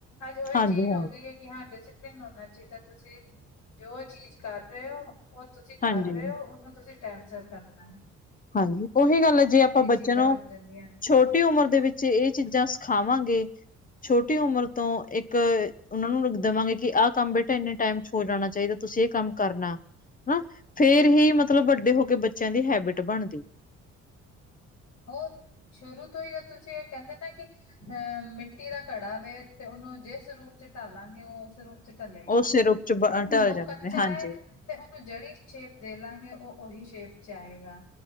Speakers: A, on the left; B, on the left.
A: ਅੱਜ ਉਹੀ
B: ਹਾਂਜੀ
A: ਚੀਜ਼ ਹੋ ਗੀ ਏ ਕਿ ਹਾਂ ਡਿਸੀਪਲਿਨ ਹੋਨਾ ਚਾਈਦੈ। ਤੁਸੀਂ, ਜੋ ਚੀਜ਼ ਕਰ ਰੇ ਓ-ਓ ਤੁਸੀ
B: ਹਾਂਜੀ
A: ਕਰ ਰੇ ਓ ਉਨੂੰ ਤੁਸੀਂ ਟੈਂਮ ਸਿਰ ਕਰਨੈ।
B: ਹਾਂਜੀ, ਉਹੀ ਗੱਲ ਐ ਜੇ ਆਪਾਂ ਬੱਚਿਆਂ
A: ਚੀਜ਼ਾਂ
B: ਨੂੰ
A: ਹੋ ਜਾਂਦੀਆਂ ਨੇ
B: ਛੋਟੀ ਉਮਰ ਦੇ ਵਿੱਚ ਏ ਚੀਜ਼ਾਂ ਸਿਖਾਵਾਂਗੇ ਛੋਟੀ ਉਮਰ ਤੋਂ ਇੱਕ ਉਨਾਂ ਨੂੰ ਦੇਵਾਂਗੇ ਕਿ ਆ ਕੰਮ ਬੇਟਾ ਇੰਨੇ ਟੈਮ ਚ ਹੋ ਜਾਣਾ ਚਾਈਦੈ। ਤੁਸੀਂ ਏ ਕੰਮ ਕਰਨਾ। ਹਨਾ! ਫੇਰ ਹੀ ਮਤਲਬ ਵੱਡੇ ਹੋ ਕੇ ਬੱਚਿਆਂ ਦੀ ਹੈਬਿਟ ਬਣਦੀ।
A: ਹੋਰ ਸ਼ੁਰੂ ਤੋਂ ਈ ਜਦ ਤੁਸੀਂ ਏ ਕੈਂਦੇ ਨਾ ਕਿ ਅ ਮਿੱਟੀ ਦਾ ਘੜਾ ਵੇ ਤੇ ਉਨੂੰ ਜਿਸ ਰੂਪ ਚ ਢਾਲਾਂਗੇ ਓ ਉਸ ਰੂਪ ਚ ਢਲੇਗਾ,
B: ਉਹ ਸਿਰ ਉੱਚ ਢਲ
A: ਓ
B: ਜਾਣਾ
A: ਕੱਚਾ
B: ਨੇ ਹਾਂਜੀ
A: ਐ। ਤੇ ਓਨੂੰ ਜੇੜੀ ਸ਼ੇਪ ਦੇ ਲਾਂਗੇ ਓ ਓਹੀ ਸ਼ੇਪ ਚ ਆਏਗਾ।